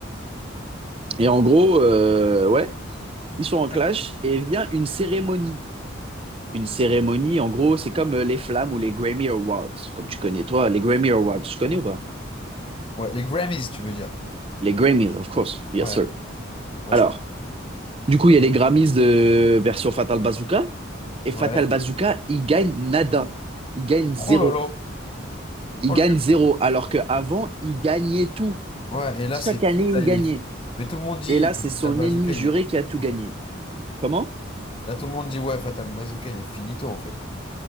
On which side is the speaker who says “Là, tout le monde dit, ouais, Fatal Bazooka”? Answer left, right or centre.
Left